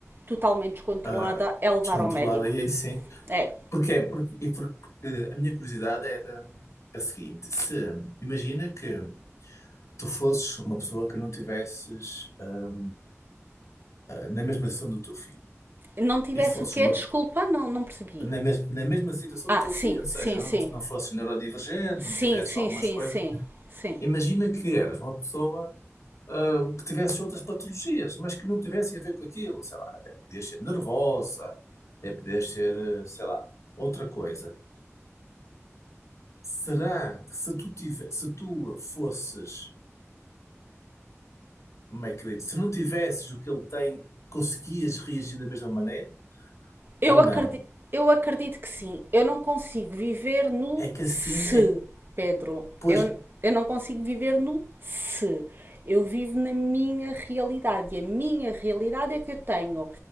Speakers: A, on the right; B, on the left.
A: totalmente descontrolada,
B: Ah,
A: é levar
B: descontrolado,
A: ao médico.
B: e aí sim.
A: É.
B: Porquê? Porque, e por- porque a minha curiosidade era a seguinte: se imagina que tu fosses uma pessoa que não tivesses ah, na mesma situação do teu filho.
A: Não tivesse
B: e fosses
A: o quê?
B: uma,
A: Desculpa, não, não percebi.
B: na, mes- na mesma situação
A: Ah,
B: do teu
A: sim,
B: filho, ou seja,
A: sim,
B: não,
A: sim.
B: te- não fosses neurodivergente,
A: Sim,
B: não tivesses
A: sim,
B: algumas
A: sim,
B: coisas.
A: sim. Sim.
B: Imagina que eras uma pessoa, ah, que tivesse outras patologias, mas que não tivessem a ver com aquilo. Sei lá, até podias ser nervosa, até podias ser, eh, sei lá, outra coisa. Será que se tu, tive, se tu fosses, como é que eu digo, se não tivesses o que ele tem, conseguias reagir da mesma maneira?
A: Eu
B: Ou
A: acredito,
B: não?
A: eu acredito que sim. Eu não consigo viver no
B: É que
A: se,
B: assim, é,
A: Pedro.
B: pois,
A: Eu, eu não consigo viver no se. Eu vivo na minha realidade. E a minha realidade é que eu tenho